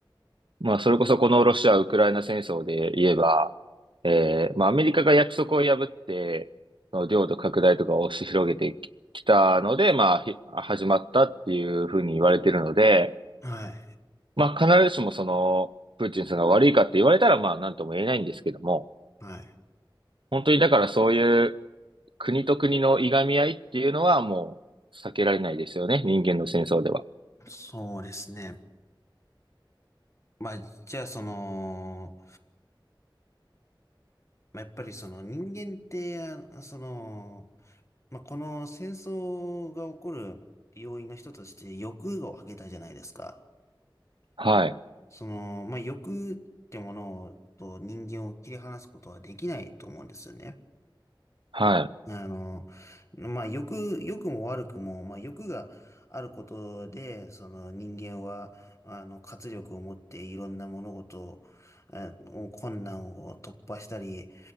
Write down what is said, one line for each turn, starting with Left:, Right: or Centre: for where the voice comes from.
Right: まあ、それこそこのロシア・ウクライナ戦争で言えば、えー、まあ、アメリカが約束を破って、その領土拡大とかを押し広げてききたので、まあ、ひ始まったっていうふうに言われてるので、
Left: はい。
Right: まあ、必ずしもその、プーチンさんが悪いかって言われたら、まあ、なんとも言えないんですけども、
Left: はい。
Right: 本当にだからそういう、国と国のいがみ合いっていうのはもう避けられないですよね。人間の戦争では。
Left: そうですね。まあ、じゃあ、その、まあ、やっぱりその人間って、あその、まあ、この戦争が起こる要因の一つとして欲を挙げたじゃないですか。
Right: はい。
Left: その、まあ、欲ってものと人間を切り離すことはできないと思うんですよね。
Right: はい。
Left: あの、まあ、欲、欲も悪くも、まあ、欲があることで、その人間は、あの、活力を持っていろんな物事を、えー困難を突破したり、